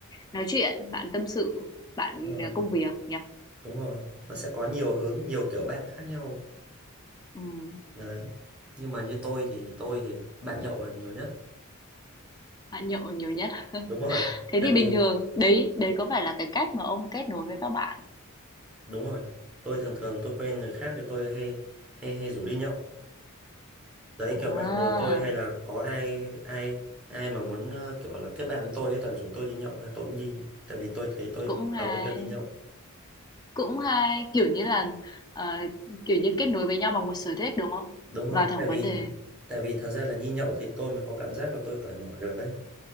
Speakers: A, on the left (about 20°); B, in the centre.
A: nói chuyện bạn tâm sự bạn
B: đúng rồi
A: ờ, công việc nhỉ
B: đúng rồi nó sẽ có nhiều hướng nhiều kiểu bạn khác nhau
A: ừ,
B: đấy nhưng mà như tôi thì tôi thì bạn nhậu là nhiều nhất
A: bạn nhậu nhiều nhất
B: đúng rồi
A: thế
B: tại
A: thì bình
B: vì
A: thường đấy đấy có phải là cái cách mà ông kết nối với các bạn
B: đúng rồi tôi thường thường tôi quen người khác thì tôi hay hay hay rủ đi nhậu đấy
A: à
B: kiểu bạn bè tôi hay là có ai ai ai mà muốn ờ, kiểu là kết bạn với tôi ấy toàn rủ tôi đi nhậu hay tôi cũng đi tại vì tôi thấy tôi
A: cũng hay
B: hợp với việc đi nhậu
A: Cũng hay, kiểu như là, ờ, kiểu như, kết nối với nhau bằng một sở thích, đúng không?
B: đúng rồi
A: Vào thẳng
B: tại
A: vấn
B: vì
A: đề.
B: tại vì thật ra là đi nhậu thì tôi mới có cảm giác là tôi cởi mở được ấy